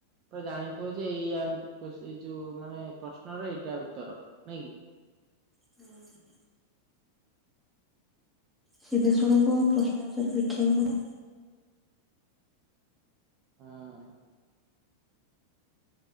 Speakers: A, on the right; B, in the centre.
A: ପୁରା ଜାଣିଥିବ ଯେ ଏଇଆ ଆନ କୋଶ ଏଇ ଯୋଉ ମାନେ ପ୍ରଶ୍ନର ଏଇଟା ଉତ୍ତର ନାଇଁ କି?
B: ହୁଁ। ସିଧାସଳଖ ପ୍ରଶ୍ନ ଉତ୍ତର ଦେଖିବାକୁ ପରା।
A: ହଁ।